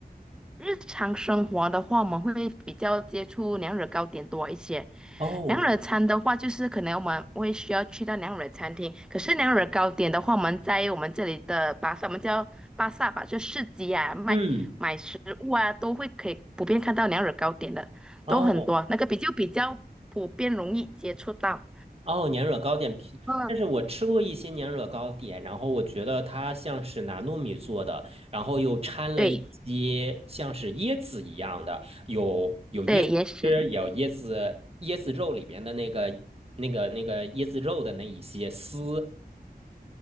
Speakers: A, in the centre; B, on the right (about 35°).
A: 日常生活的话，我们会比较接触娘惹糕点多一些。
B: 哦，
A: 娘惹餐的话，就是可能我们会需要去到娘惹餐厅。可是娘惹糕点的话，我们在我们这里的巴萨，我们叫巴萨吧，就市集啊，卖买食物啊，
B: 嗯，
A: 都会可以普遍看到娘惹糕点的，
B: 哦
A: 都很多。那个比较比较普遍，容易接触到。
B: 哦，年惹糕点皮，
A: 嗯，
B: 但是我吃过一些年惹糕点，然后我觉得它像是拿糯米做的，然后又掺了一些像是椰子一样的，
A: 对
B: 有
A: 对，也是，
B: 是有椰子椰子肉里边的那个那个那个椰子肉的那一些丝。